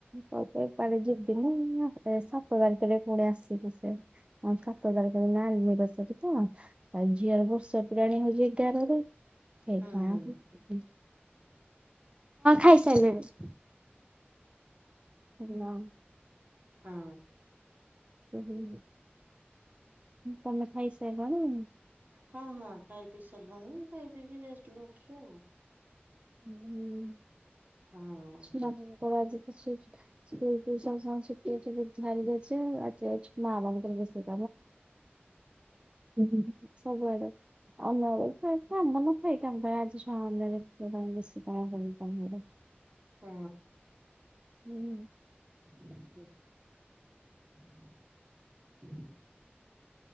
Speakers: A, on the right; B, on the right.
A: କ ଏପଡେ ଯିବିନି ସାତ ତାରିଖରେ ଫୁଣି ଆସିବେ ସେ ଆଁ ସାତ ତାରଖ ଅନିବର୍ଷରି ତ ଆଉ ଝିଅର ବର୍ଷ ପୁରାଣୀ ହୋଉଛି ଏଗାରରେ। ସେଇ
B: ହୁଁ
A: <unintelligible>
B: ହୁଁ
A: ହିଁ ଖାଇସାରିଲିଣି। ହାଲୋ।
B: ହଁ।
A: <unintelligible> ତମେ ଖାଇ ସାଇଲଣି?
B: ହଁ ହଁ ଖାଇ ପିଇ ସାରିଲାଣି ଖାଇ ପିଇକି ରେଷ୍ଟ ନୋଉଥିଲି ଆଉ।
A: ହଁ ହଁ।
B: ହଁ
A: <unintelligible> ସେଇଟା ପା।
B: ହ
A: ଉଁ ସବୁଆଡେ ଆଉ ନ ଖାଇ <unintelligible> ଆମ ମାନ ପାଇଁ କା ଆଜି ଛୁଆ ମାନେ। ତ ତମେ ମିଶି କଣ କରିବରେ।
B: ହଁ।
A: ହୁଁ।
B: <unintelligible>